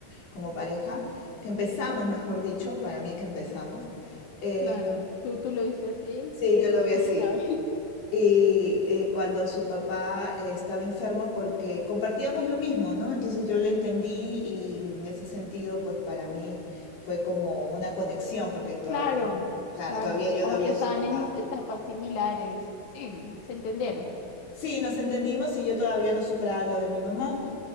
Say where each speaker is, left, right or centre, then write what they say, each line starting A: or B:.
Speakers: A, on the left; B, on the left.
A: como pareja, que empezamos, mejor dicho, para mí que empezamos. Eh,
B: Claro, tú, tú lo viste así,
A: sí,
B: él,
A: yo lo vi así.
B: quién sabe. <laughs>
A: Y eh, cuando su papá eh, estaba enfermo porque compartíamos lo mismo, ¿no? Entonces yo le entendí y en ese sentido, pues para mí fue como una conexión porque todavía,
B: Claro,
A: claro,
B: claro,
A: todavía yo
B: como
A: no había
B: que estaban
A: superado.
B: en etapas similares. Sí, se entendieron.
A: Sí, nos entendimos y yo todavía no superaba lo de mi mamá.